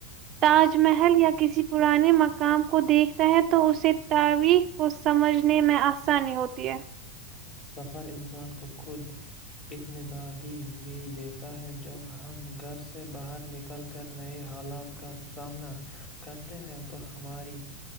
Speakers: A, on the right; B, on the left.
A: تاج محل یا کسی پرانے مقام کو دیکھتا ہے تو اسے تاریخ کو سمجھنے میں آسانی ہوتی ہے
B: سفر انسان کو خود اتمدادی بھی دیتا ہے جب ہم گھر سے باہر نکل کر نئے حالات کا سامنا کرتے ہیں تو ہماری